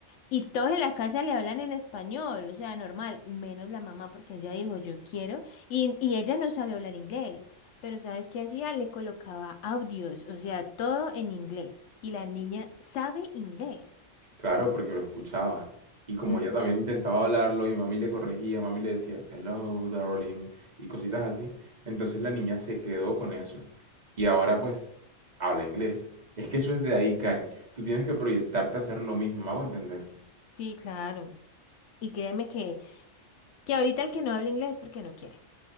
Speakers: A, on the left; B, on the right.
A: Y todos en la casa le hablan en español, o sea, normal, menos la mamá porque ella dijo yo quiero y, y ella no sabía hablar inglés, pero ¿sabes qué hacía? Le colocaba audios, o sea, todo en inglés y la niña sabe inglés.
B: Claro, porque lo escuchaba. Y como
A: Ujú.
B: ella también intentaba hablarlo y mami le corregía, mami le decía, hello, darling, y cositas así, entonces la niña se quedó con eso. Y ahora pues habla inglés. Es que eso es de ahí, Karen. Tú tienes que proyectarte a hacer lo mismo, me hago entender.
A: Sí, claro. Y créeme que, que ahorita el que no habla inglés es porque no quiere,